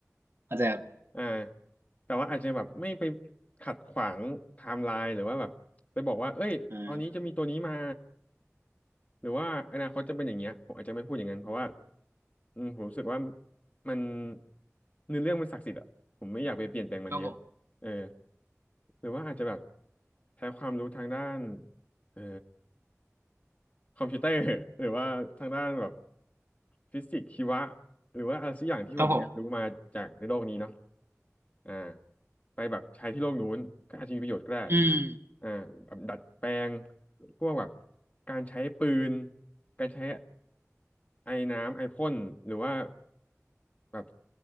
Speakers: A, on the right (about 50°); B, on the left (about 30°).
A: าจจะ
B: อ่าแต่ว่าอาจจะแบบไม่ไปขัดขวางไทม์ไลน์หรือว่าแบบไปบอกว่าเอ้ยตอนนี้จะมีตัวนี้มา
A: อ่า
B: หรือว่าอนาคตจะเป็นอย่างเงี้ยผมอาจจะไม่พูดอย่างนั้นเพราะว่าอืมผมรู้สึกว่ามันเนื้อเรื่องมันศักดิ์สิทธิ์อะผมไม่อยากไปเปลี่ยนแปลงมันเยอะ
A: ครับผม
B: เออหรือว่าอาจจะแบบใช้ความรู้ทางด้านเออ คอมพิวเตอร์ <laughs> หรือว่าทางด้านแบบฟิสิกส์ชีวะหรือว่าอะไรสักอย่างที่ผมเรียนรู้มาจากในโลกนี้เนาะ
A: ครับผม
B: อ่าไปแบบใช้ที่โลกนู้นก็อาจจะมีประโยชน์ก็ได้
A: อืม
B: อ่าแบบดัดแปลงพวกแบบการใช้ปืนการใช้ไอ้น้ำไอพ่นหรือว่าแบบ